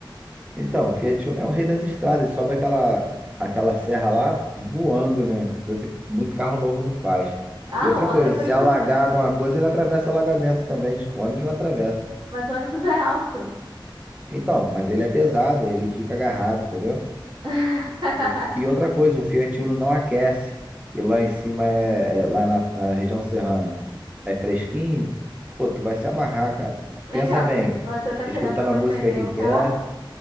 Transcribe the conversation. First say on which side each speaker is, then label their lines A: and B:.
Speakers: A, on the right; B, on the right.
A: Então, o Fiat Uno é o rei das estradas. Sobe aquela, aquela serra lá voando, né? Coisa que muito carro novo não faz.
B: Ah,
A: E outra
B: o ônibus
A: coisa, se alagar
B: também.
A: alguma coisa, ele atravessa alagamento também. O ônibus não atravessa.
B: Mas o ônibus é alto.
A: Então, mas ele é pesado, ele fica agarrado, entendeu?
B: <laughs>
A: O fi- e outra coisa, o Fiat Uno não aquece. E lá em cima é, é- lá na, na região serrana é fresquinho. Pô, tu vai se amarrar, cara.
B: Vem
A: Pensa
B: cá,
A: bem,
B: você tá querendo
A: escutando
B: me
A: a música
B: vender
A: que
B: um
A: quer.
B: carro?